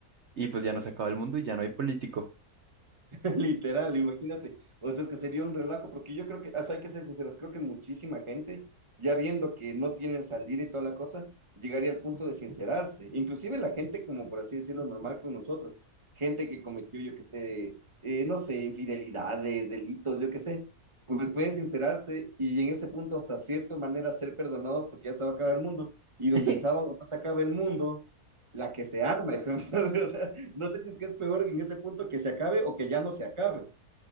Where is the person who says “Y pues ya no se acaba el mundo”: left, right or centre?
Right